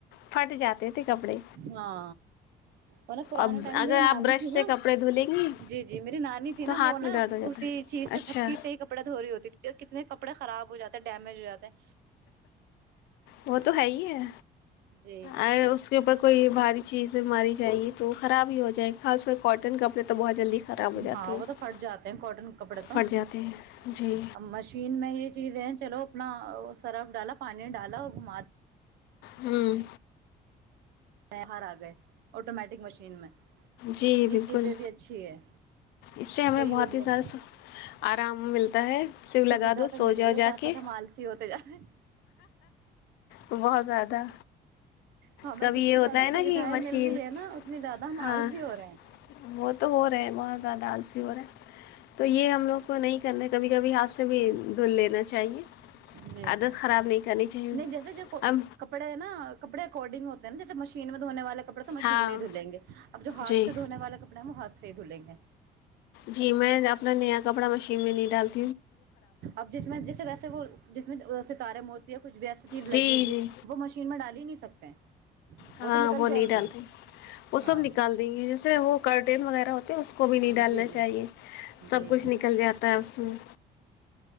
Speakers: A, on the left (about 80°); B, on the right (about 75°).
A: پھٹ جاتے تھے کپڑے
B: ہاں اور نا پرانے
A: اب
B: ٹائم میں
A: اگر
B: میری
A: آپ
B: نانی
A: برش
B: تھی
A: سے
B: نا
A: کپڑے دھلیں گی
B: جی جی میری نانی تھی
A: تو
B: نا
A: ہاتھ
B: وہ نا
A: میں درد ہو جاتا
B: سی
A: ہے
B: چیز سے
A: اچھا
B: تھپکی سے ہی کپڑا دھو رہ ہوتی تھی اور کتنے کپڑے ڑ خراب ہو جاتے ہیں ڈیمیج ہو جاتے ہیں
A: وہ تو ہے ہی ہے
B: جی
A: ا اس کے اوپر کوئی بھاری چیز ماری جائے گی تو وہ خراب ہی ہو ج جی خاص کااٹن کپڑے تو بہت جلدی خراب ہو جاتے
B: ہاں
A: ہیں
B: وہ تو پھٹ جاتے ہیں کاٹن کپڑے تو
A: پھٹ جاتے ہیں جی
B: مشین میں یہ چیز ہے چلو اپنا سرف ڈالا پانی ڈالا اور گا
A: ہوں
B: ہار آ گئے آٹومیٹک مشین میں
A: جی
B: یہ
A: بالکل
B: چیزیں بھی اچھی ہے
A: اس سے ہمیں
B: کوئی یوز
A: بہت ہی
B: نہیں
A: زیادہ آرام ملتا تا ہے س
B: سویدھا
A: لگا دو
B: تو
A: سوجا
B: مل رہی ہے
A: جا
B: ساتھ
A: کے
B: ساتھ ہم آلسی ہوتے جا رہے ہیں
A: بہت زیادہ
B: ہمیں
A: کبھی
B: جتنی
A: یہ ہوتا
B: زیادہ
A: ہے نا
B: سویدھائیں
A: کہ مشین
B: مل رہی ہے نا اتنی زیادہ ہم
A: ہاں
B: آلسی ہو رہے ہیں
A: وہ تو ہو رہا ہے بہت زیادہ آلسی ہو رہا ہے تو یہ ہم لوگ کو نہیں کرنے کبھی کبھی ہاتھ سے بھی دھل لینا چاہیے
B: جی
A: عادت
B: جی
A: خراب نہیں کرنی چاہیے
B: نہیں جیسے جو
A: اب
B: کپڑے ہیں نا کپڑے اکارڈنگ ہوتے جیے مشین میں دونے والے پڑ تو مشین
A: ہاں
B: میں ہی دلیں گےب جو ہاتھ
A: جی
B: سے دھنے والے کپڑے ہیں وہات سے سے دولینگے
A: جی میں اپنا نیا کپڑا مشین میں نہیں ڈالتا
B: اب جس میں جیسے ویسے وہ جس میں جسے تارے موتییا کچھ بھی ایسی چیز
A: جی
B: لگی ہوئی
A: جی
B: وہ مشین میں ڈال ہی نہیں سکتے <unintelligible>
A: ہاں
B: تو نکل
A: وہ
B: جائے
A: نہیں ڈالتے
B: گی
A: وہ
B: ہاں
A: سب نکال دیں گے جیسے وہ کرٹین وغیرہ ہو پ اس کو بھی نہیں ڈالنا
B: جی جی
A: چاہیے سب
B: جی
A: کچھ نکل جاتا ہے اس میں